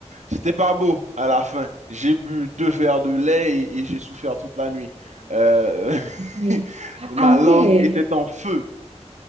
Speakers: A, on the right; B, on the right.
A: c'était pas beau à la fin. J'ai bu deux verres de lait et, et j'ai souffert toute la nuit. Euh,
B: Purée.
A: <laughs> ma
B: Ah
A: langue
B: ouais,
A: était en feu.